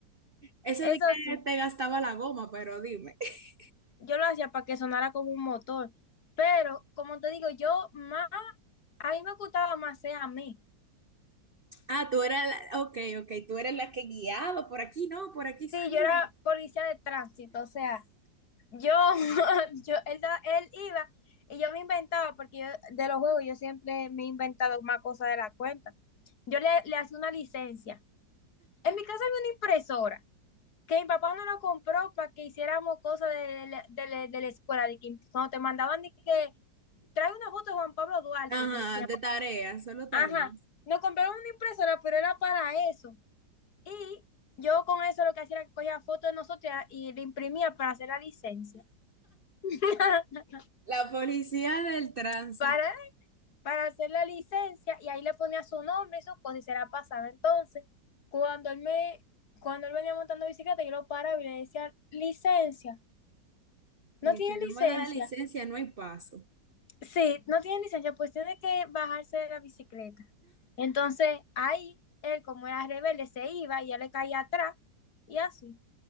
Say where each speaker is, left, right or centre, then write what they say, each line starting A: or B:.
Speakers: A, on the right; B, on the left.
A: Eso
B: eso
A: de que
B: sí.
A: te gastaba la goma, pero dime. <laughs>
B: Yo lo hacía para que sonara como un motor. Pero, como te digo, yo más, a mí me gustaba más ser a mí.
A: Ah, tú eras la, ok, ok, tú eres la que guiaba, por aquí no, por aquí sí.
B: Sí, yo era policía de tránsito, o sea, Yo, <laughs> yo, él, da- él iba y yo me inventaba, porque yo de los juegos yo siempre me he inventado más cosas de la cuenta. Yo le, le hacía una licencia. En mi casa había una impresora, que mi papá no la compró para que hiciéramos cosas de, de la de la- de la escuela, de que cuando te mandaban de que trae una foto de Juan Pablo Duarte.
A: Ajá,
B: y le decíamos,
A: de tareas, solo tareas.
B: Ajá, nos compraron una impresora, pero era para eso. Y yo con eso lo que hacía era que cogía fotos de nosotros y la imprimía para hacer la licencia. <laughs>
A: La policía del tránsito.
B: Para para hacer la licencia y ahí le ponía su nombre y su cosa y se la pasaba. Entonces, cuando él me, cuando él venía montando bicicleta, yo lo paraba y le decía, licencia,
A: Y
B: ¿no tiene
A: si no
B: licencia?
A: me da la licencia, no hay paso.
B: Sí, no tiene licencia, pues tiene que bajarse de la bicicleta. Entonces, ahí él, como era rebelde, se iba y ya le caía atrás y así.